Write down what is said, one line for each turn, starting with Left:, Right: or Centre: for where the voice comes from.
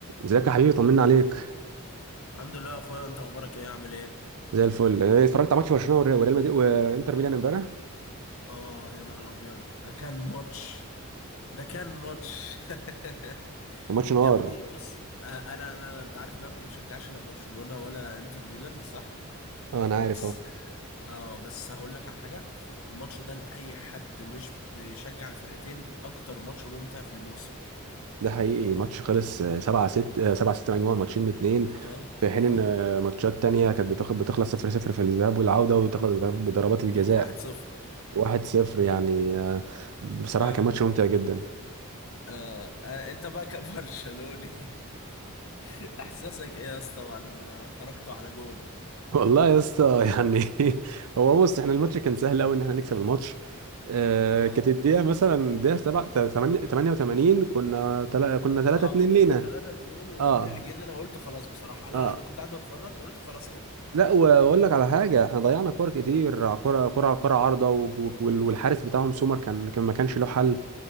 Right: ازيك يا حبيبي طمنا عليك
Left: الحمد لله يا اخويا انت اخبارك ايه عامل ايه
Right: زي الفل انا اتفرجت على ماتش برشلونه والريال وريال مدريد وانتر ميلان امبارح
Left: اه يا نهار ابيض ده كان ماتش ده كان ماتش <laughs>
Right: كان ماتش نار
Left: يا ابني بص آه، انا انا انت عارف ان انا ما بشجعش لا برشلونة ولا انتر ميلان صح
Right: اه انا
Left: بس
Right: عارف اهو
Left: اه بس هقول لك على حاجة الماتش ده لاي حد مش بيشجع الفرقتين اكتر ماتش ممتع في الموسم
Right: ده حقيقي ماتش خلص 7 6 7 6 مجموعه ماتشين اتنين
Left: اه
Right: في حين
Left: اه
Right: ان آه، ماتشات تانية كانت بتخ- بتخلص 0 0 في الذهاب والعوده وتخلص بضرب- بضربات الجزاء
Left: <laughs> واحد صفر
Right: 1 0 يعني آه، بصراحه
Left: فاهم
Right: كان ماتش ممتع جدا
Left: آه. آه انت بقى كبرشلوني <laughs> احساسك ايه يا اسطى بعد ما خرجتوا على جون
Right: والله يا اسطى يعني <laughs> هو بص احنا الماتش كان سهل قوي ان احنا نكسب الماتش آه،
Left: اه
Right: كانت الدقيقه مثلا الدقيقه سبعة- تمانية- 88 كنا تلا... كنا 3
Left: اه
Right: 2
Left: كنت
Right: لينا
Left: انت 3 2 والجون
Right: اه
Left: اللي جه ده انا قلت خلاص بصراحه انا
Right: اه
Left: انا كنت قاعد بتفرج قلت خلاص كده
Right: لا واقول لك على حاجه احنا ضيعنا كور كتير ع- كره كره على كره عارضه و- وال- والحارس بتاعهم سومر كان كان ما كانش له حل